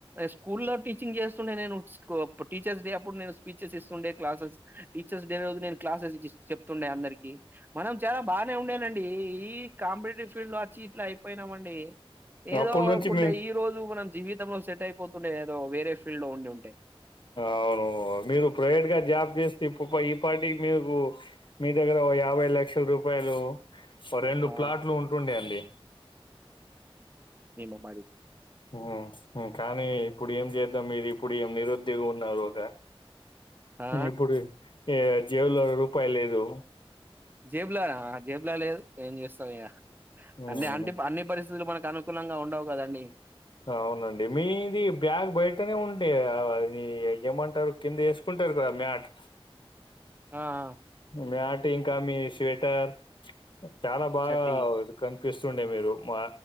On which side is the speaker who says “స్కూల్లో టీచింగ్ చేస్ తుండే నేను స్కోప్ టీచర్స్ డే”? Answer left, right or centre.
Right